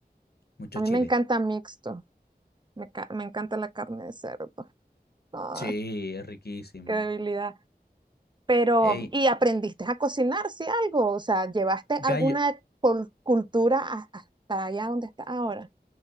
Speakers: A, on the left; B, on the right.
A: Mucho
B: A mí
A: chile.
B: me encanta mixto. Me, ca- me encanta la carne de cerdo. Ay,
A: Sí, es riquísimo.
B: qué debilidad. Pero,
A: Ey,
B: ¿y aprendiste a cocinar, sí, algo? O sea, ¿llevaste
A: gallo.
B: alguna col- cultura a- hasta allá donde está ahora?